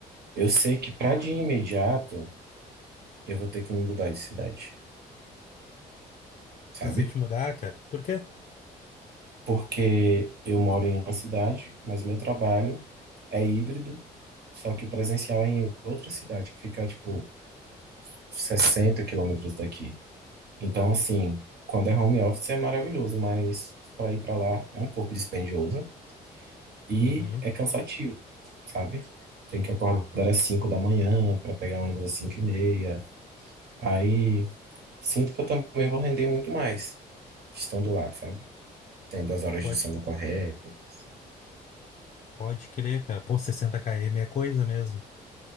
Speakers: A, on the right; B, on the left.
A: Eu sei que para de imediato eu vou ter que me mudar de cidade, sabe?
B: Vai ser que te mudar, cara. Por quê?
A: Porque eu moro em uma cidade, mas meu trabalho é híbrido, só que o presencial é em outra cidade, que fica, tipo, 60 quilômetros daqui. Então, assim, quando é home office é maravilhoso, mas para ir para lá é um pouco dispendioso e
B: Uhum.
A: é cansativo, sabe? Tem que acordar às 5 da manhã para pegar ônibus às 5 e meia. Aí sinto que eu também vou render muito mais estando lá, sabe? Tendo as horas
B: Pode,
A: de sono corretas.
B: pode crer, cara. Pô, 60 km é coisa mesmo.